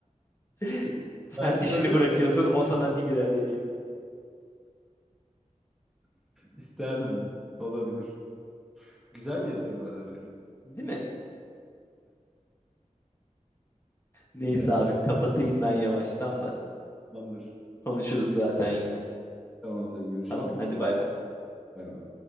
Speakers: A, on the left; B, in the centre.
A: <laughs>
B: <laughs>
A: Sen
B: Belki
A: dişini
B: böyle
A: bırakıyorsun
B: mi koydu?
A: o sana bir lira veriyor.
B: İsterdim. Olabilir. Güzel bir yatırım aracı.
A: Değil mi? Neyse
B: Güzelmiş.
A: abi kapatayım ben yavaştan da.
B: Tamamdır.
A: Konuşuruz zaten yine.
B: Tamamdır. Görüşmek
A: Tamam hadi
B: üzere.
A: bay bay.
B: Bay bay.